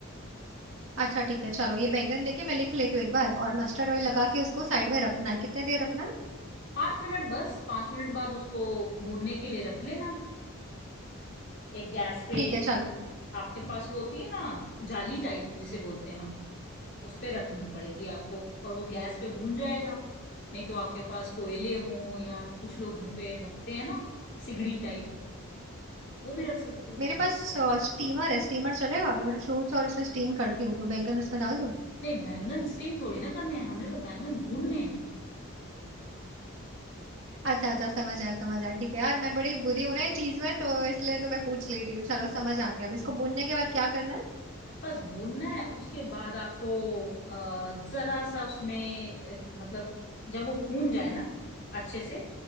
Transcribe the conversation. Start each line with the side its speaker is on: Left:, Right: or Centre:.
Right: अच्छा ठीक है चलो ये बैंगन लेके मैं लिख लेती हूँ एक बार और मस्टर्ड ऑयल लगा के उसको साइड में रखना है कितने देर रखना है
Left: पांच मिनट बस पांच मिनट बाद उसको भूनने के लिए रख लेना एक गैस पे
Right: ठीक है चलो
Left: आपके पास वो होती है ना जाली टाइप जिसे बोलते हैं हम उस पे रखनी पड़ेगी आपको और वो गैस पे भून जाएगा नहीं तो आपके पास कोयले हों या कुछ लोग घर पे रखते हैं ना सिगड़ी टाइप वो भी रख सकते हो
Right: मेरे पास अ, स्टीमर है स्टीमर चलेगा अभी मैं फ्रूट्स और उसमें स्टीम करती हूँ तो बैंगन उसमें डाल दूँ
Left: नहीं बैंगन स्टीम थोड़ी ना करने हैं हमने तो बैंगन भूनने हैं
Right: अच्छा अच्छा समझ आया समझ आया ठीक है यार मैं बड़ी बुरी हूँ ना ये चीज में तो इसलिए तो मैं पूछ लेती हूँ चलो समझ आ गया अब इसको भूनने के बाद क्या करना है
Left: बस भूनना है उसके बाद आपको अ, जरा सा उसमें अ, मतलब जब वो भून जाए ना अच्छे से